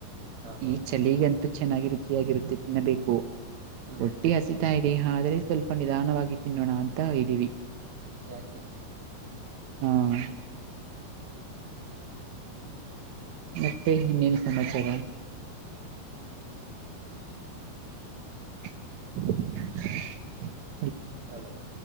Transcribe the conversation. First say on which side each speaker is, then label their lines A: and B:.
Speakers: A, on the right (about 35°); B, on the right (about 75°).
A: ಹಾ ಹಾ
B: ಈ ಚಳಿಗೆ ಅಂತೂ ಚೆನ್ನಾಗಿ ರುಚಿಯಾಗಿರುತ್ತೆ ತಿನ್ನಬೇಕು
A: ಹ್ಮ
B: ಒಟ್ಟಿ ಹಸಿತಾಯ ಆದ್ರೆ ಸ್ವಲ್ಪ ನಿಧಾನವಾಗಿ ತಿನ್ನೋಣ ಅಂತ ಇದ್ದೀವಿ
A: ಯಾಕೆ
B: ಹ್ಮ ಮತ್ತೆ ಇನ್ನೇನು ಸಮಾಚಾರ <inaudible> <inaudible>
A: ಹಲೋ